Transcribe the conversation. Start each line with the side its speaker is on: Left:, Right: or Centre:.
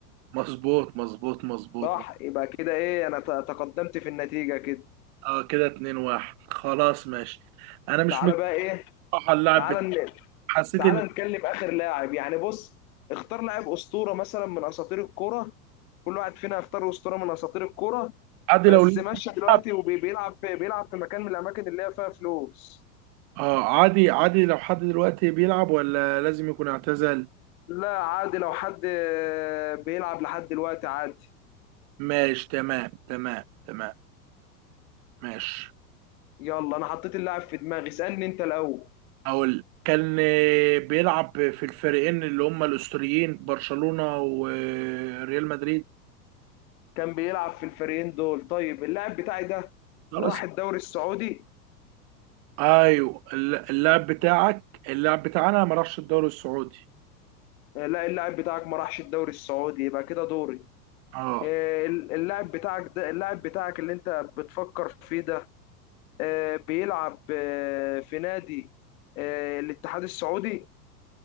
Right: مظبوط مظبوط مظبوط
Left: صح
Right: مظبوط.
Left: يبقى كده ايه انا ت- تقدمت في النتيجة كده
Right: اه كده 2 1 خلاص ماشي انا مش
Left: تعالى
Right: مجمع
Left: بقى ايه
Right: صراحه اللعب
Left: تعالى
Right: بت- حسيت
Left: تعال
Right: ان
Left: نتكلم اخر لاعب يعني بص اختار لاعب اسطوره مثلا من اساطير الكوره كل واحد فينا يختار اسطوره من اساطير الكوره
Right: عادي
Left: بس
Right: لو لسه
Left: ماشي دلوقتي
Right: بيلعب
Left: وبيلعب في بيلعب في مكان من الاماكن اللي هي فيها فلوس
Right: اه عادي عادي لو حد دلوقتي بيلعب ولا لازم يكون اعتزل
Left: لا عادي لو حد آه، بيلعب لحد دلوقتي عادي
Right: ماشي تمام تمام تمام ماشي
Left: يلا انا حطيت اللاعب في دماغي اسالني انت الاول
Right: أقول كان آه، بيلعب في الفريقين اللي هما الأسطوريين برشلونة وريال مدريد
Left: كان بيلعب في الفريقين دول طيب اللاعب بتاعي ده
Right: خلاص
Left: راح الدوري السعودي
Right: أيوه الل- اللاعب بتاعك اللاعب بتاعنا ما راحش الدوري السعودي
Left: آه، لا اللاعب بتاعك ما راحش الدوري السعودي يبقى كده دوري
Right: اه
Left: آه، اللاعب بتاعك ده اللاعب بتاعك اللي انت بتفكر فيه ده آه، بيلعب آه، في نادي آه، الاتحاد السعودي